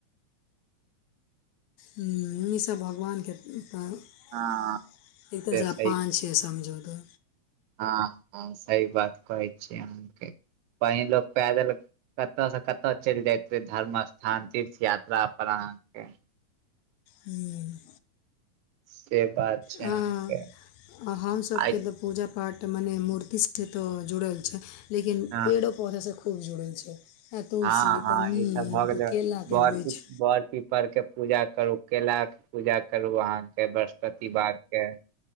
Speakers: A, on the left; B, on the right.
A: हुँ ई सब भगवान केँ <unintelligible>
B: हँ से
A: सँ
B: सही
A: पाँ छे समझौ तो
B: हँ हँ सही बात कहै छिय अहाँकेँ पहिले लोक पैदल क कत स कत चलि जायत रहे धर्म स्थान तीर्थ यात्रा अपन पर अहाँकेँ
A: हूँ
B: से बात छै
A: हँ
B: अहाँके
A: हम सबके
B: आइ
A: जे पुजा फाट माने मूर्तिसँ तऽ जुड़ल छै लेकिन
B: हँ
A: पेड़ो पौधा सँ खूब जुड़ल छै आ तुलसी
B: हँ हँ
A: तऽ नीम
B: ई सब भऽ
A: तो
B: गेल
A: केला के
B: बड़
A: वृक्ष
B: कुछ बड़ की बर के पूजा करु केला के पूजा करु आ लाँके बृहस्पति बार के